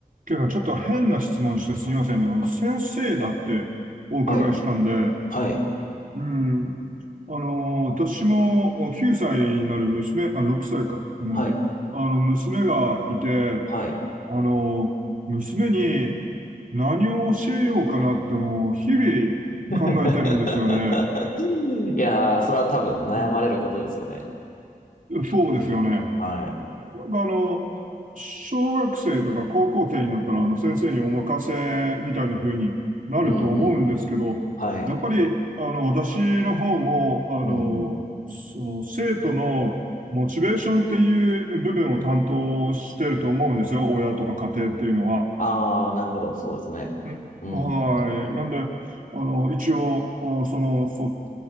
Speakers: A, on the right; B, on the left.
A: けど、ちょっと変な質問してすみませんね。あの、先生だってお伺いしたんで、
B: はい、はい、
A: うん。あの、私も9歳になる娘、あ、6歳か。ごめんなさい。
B: はい、
A: あの、娘がいて、
B: はい。
A: あの、娘に何を教えようかなってもう日々考えてるんですよね。
B: <laughs> いやー、それは多分悩まれることですよね。
A: うんそうですよね。な
B: はい。
A: んかあの、小学生とか高校生になったら、あの、先生にお任せみたいな風になると思うんですけど、
B: うん、うん。はい。
A: やっぱり、あの、私の方も、あの、
B: うん、うん。
A: その、生徒のモチベーションっていう部分を担当してると思うんですよ。親とか家庭っていうのは。
B: あー、なるほど。そうですね。
A: うんはい。
B: うん。う
A: なんで、あの、一応、あその、そ、